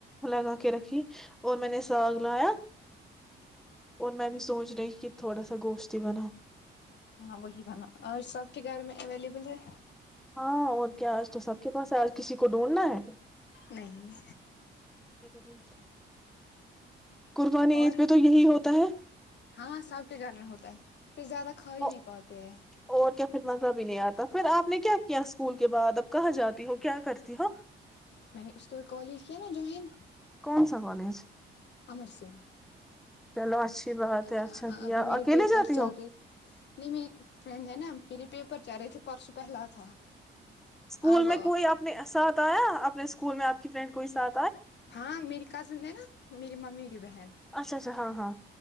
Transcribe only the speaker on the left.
ہاں وہی بنا اور سب کے گھر میں اویلیبل ہے
نہیں
اور
ہاں سب کے گھر میں ہوتا ہے پھر زیادہ کھا ہی
نہیں پاتے ہیں
میں نے اس کے بعد کال کیا نا جوائن
امر سنگھ
ابھی
میرے
پیپر
چل
رہے نہیں میری ایک فرینڈ ہے نا میرے پیپر چل رہے تھے پرسوں پہلا تھا
اب
ہاں میری کزن ہے نا میری م میری بہن